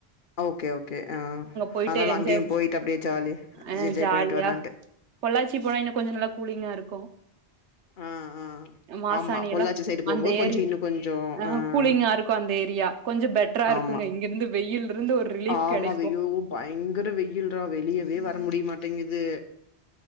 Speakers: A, on the left; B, on the right.
A: ஓகே ஓகே ஆ
B: போயிட்டு
A: அதால
B: என்ஜாய்
A: அங்கியு போயிட்டு அப்டியே ஜாலி
B: ஆ
A: ஜேஜாய்
B: ஜாலியா
A: பண்ணிட்டு வரலான்டு
B: பொள்ளாச்சி போனா இன்னு கொஞ்ச நல்லா கூலிங்கா இருக்கு
A: ஆ ஆ
B: மாசாணி
A: ஆமா பொள்ளாச்சி
B: எல்லா
A: சைடு போம்போது
B: அந்த
A: கொஞ்சோ
B: ஏரியா
A: இன்னு கொஞ்சோ
B: அ
A: ஆ
B: கூலிங்கா இருக்கு அந்த ஏரியா கொஞ்ச பெட்ரா
A: ஆமா
B: இருக்குங்க இங்க இருந்து வெயிலுருந்து ஒரு ரிலீஃப்
A: ஆமா
B: கெடைக்கு
A: வெய்யோ பயங்கர வெயில்ரா வெளியவே வர முடியமாட்டேங்குது